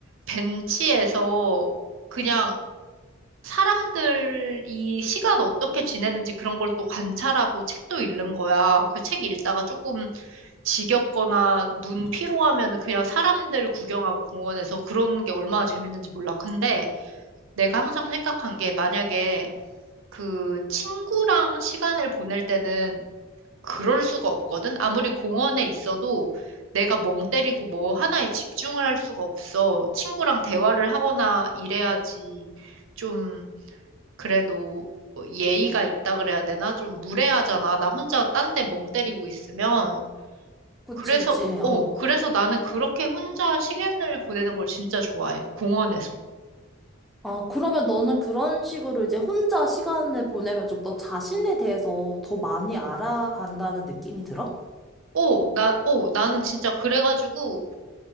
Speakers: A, on the right; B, in the centre.
A: 벤치에서 그냥 사람들이 시간 어떻게 지내는지 그런 걸 또 관찰하고 책도 읽는 거야. 그 책 읽다가 조금 지겹거나 눈 피로하면은 그냥 사람들 구경하고 공원에서 그런 게 얼마나 재밌는지 몰라. 근데 내가 항상 생각한 게 만약에 그 친구랑 시간을 보낼 때는 그럴 수가 없거든. 아무리 공원에 있어도 내가 멍 때리고 뭐 하나에 집중을 할 수가 없어. 친구랑 대화를 하거나 이래야지 좀 그래도 예의가 있다 그래야 되나? 좀 무례하잖아. 나 혼자 딴데 멍 때리고 있으면.
B: 그치,
A: 그래서,
B: 그치.
A: 어,
B: 어.
A: 그래서 나는 그렇게 혼자 시간을 보내는 걸 진짜 좋아해. 공원에서.
B: 아, 그러면 너는 그런 식으로 이제 혼자 시간을 보내면 좀 너 자신에 대해서 더 많이 알아간다는 느낌이 들어?
A: 어, 나, 어, 나는 진짜 그래가지고,